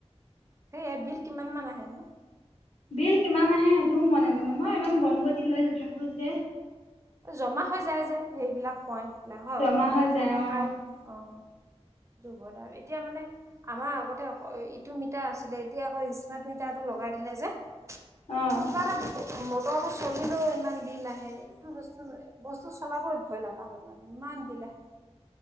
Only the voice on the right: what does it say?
হেইয়াই বিল কিমান মান আহেনো?
জমা হৈ যায় যে সেইবিলাক পইন্ট বিলাক হয়,
মানে
কাই অ'।
দুৰ্ভতাও এতিয়া মানে আমাৰ আগতে অ-ইটো মিটাৰ আছিলে এতিয়া আকৌ স্মাৰ্ট মিটাৰটো লগাই যে
কিবা এটা মটৰটো চলিলেও ইমান বিল আহে। টো ৰষ্টো লৈ বস্তু চলাবই ভয় লগা হ'ল মানে ইমান বিলা আহে।